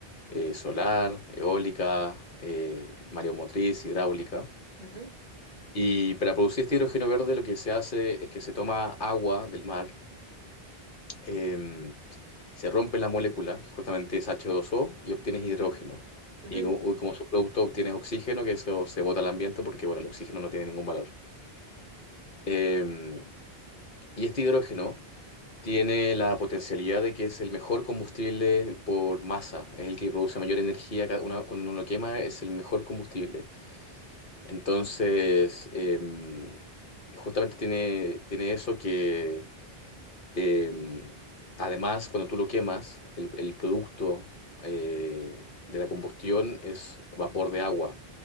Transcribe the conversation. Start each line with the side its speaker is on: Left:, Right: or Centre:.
Left: eh, solar, eólica, eh, mareomotriz, hidráulica.
Right: ujú,
Left: Y para producir este hidrógeno verde lo que se hace es que se toma agua del mar, eh, se rompe la molécula, que justamente es H2O, y obtienes hidrógeno.
Right: ujú, ujú.
Left: Y co- como subproducto obtienes oxígeno, que eso se bota al ambiente porque, bueno, el oxígeno no tiene ningún valor. Eh, y este hidrógeno tiene la potencialidad de que es el mejor combustible por masa, es el que produce mayor energía, ca- una- cuando uno lo quema es el mejor combustible. Entonces, em, justamente tiene, tiene eso que, em, además, cuando tú lo quemas, el, el producto eh, de la combustión es vapor de agua.